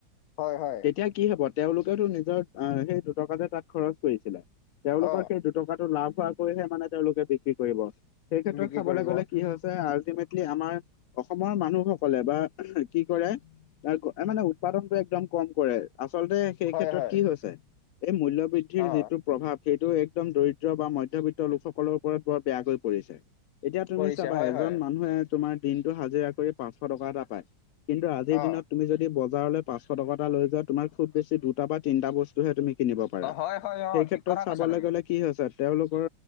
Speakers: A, on the left; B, on the left.
A: হয় হয়
B: তেতিয়া কি হ'ব, তেওঁলোকেওতো নিজৰ আহ সেই দুটকা তে তাত খৰচ কৰিছিলে। তেওঁলোকৰ
A: অ
B: সেই দুটকা টো লাভ হোৱাকৈহে মানে তেওঁলোকে বিক্ৰী কৰিব। সেই ক্ষেত্ৰত
A: বিক্ৰী
B: চাবলৈ
A: কৰিব
B: গ'লে কি হয় এই আল্টিমেটলি আমাৰ অসমৰ মানুহসকলে বাহ কি কৰে এই মানে উৎপাদনটো একদম কম কৰে। আচলতে সেই
A: হয়
B: ক্ষেত্ৰত
A: হয়
B: কি হৈছে, এই মূল্য বৃদ্ধিৰ
A: অ
B: যিটো প্ৰভাৱ, সেইটো একদম দৰিদ্ৰ বা মধ্যবিত্ত লোকসকলৰ ওপৰত বৰ বেয়াকৈ পৰিছে। এতিয়া তুমি
A: কৰিছে
B: চাবা
A: হয়
B: এজন
A: হয়
B: মানুহে তোমাৰ দিনটো হাজিৰা কৰি পাঁচশ টকা এটা পায়। কিন্তু আজিৰ
A: অ
B: দিনত তুমি যদি বজাৰলৈ পাঁচশ টকা এটা লৈ যোৱা, তোমাৰ খুব বেছি দুটা বা তিনিটা বস্তু টোহে তুমি কিনিব পাৰা।
A: অ হয় হয়
B: সেইক্ষেত্ৰত
A: অ ঠিক কথা
B: চাবলৈ
A: কৈছা তুমি
B: গ'লে কি হৈছে তেওঁলোকৰ